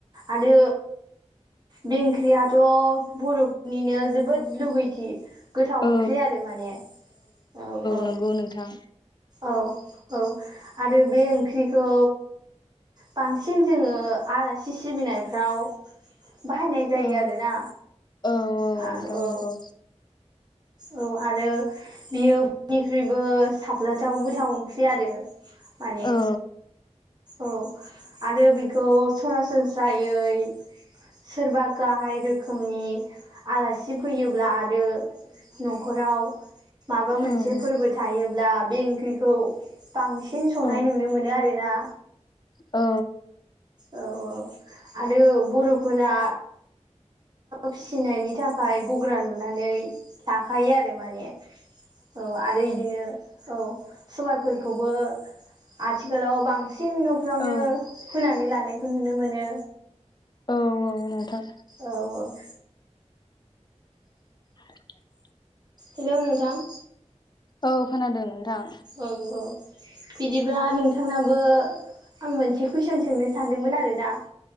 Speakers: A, on the right; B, on the left.
A: आरो बे ओंख्रियाथ' बर'निनो जोबोद लुबै कि गोथाव
B: औ
A: ओंख्रि आरो माने औ औ
B: नंगौ नोंथां
A: औ औ आरो बे ओंख्रिखौ बांसिन जोङो आलासि सिबिनायफ्राव बाहायनाय जायो
B: औ
A: आरोना
B: औ
A: आ
B: नोंथां
A: औ।
B: नंगौ
A: औ आरो बियो बयनिख्रुइबो साबजाथाव गोथाव ओंख्रि आरो माने
B: औ
A: औ आरो बेखौ सरासन फ्रायै सोरबा गाहाय रोखोमनि आलासि फैयोब्ला आरो न'खराव माबा मोनसे
B: औ
A: फोरबो थायोब्ला बे ओंख्रिखौ बांसिन संनाय
B: औ
A: नुनो मोनो आरोना
B: औ
A: औ औ आरो बर फोरा फिसिनायनि थाखाय ओमफ्राय गग्रा लुनानै। थाखायो आरो माने औ आरो इदिनो औ सबबा फोरखौबो आथिखालाव बांसिन न'फ्रावनो
B: औ
A: फोनानै। लानायखौ नुनो मोनो
B: औ औ नोंथां।
A: औ औ
B: <inaudible>
A: हेलै नोंथां
B: औ खोनादों नोंथां
A: औ औ बिदिब्ला नोंथांनाबो आं मोनसे कुइसन सोंनो सानदोंमोन आरोना